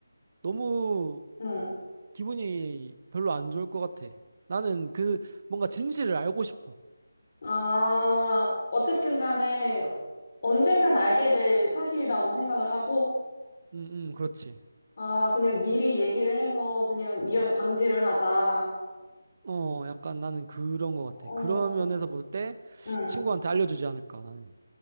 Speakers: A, on the right (about 35°); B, on the left (about 40°).
A: 너무
B: 응.
A: 기분이 별로 안 좋을 것 같아. 나는 그 뭔가 진실을 알고 싶어.
B: 아, 어쨌든 간에 언젠간 알게 될 사실이라고 생각을 하고,
A: 응응 그렇지.
B: 아, 그냥 미리 얘기를 해서 그냥 미연에 방지를 하자.
A: 어, 약간 나는 그런 것 같아.
B: 어,
A: 그런 면에서 볼 때
B: 응.
A: 친구한테 알려주지 않을까, 나는.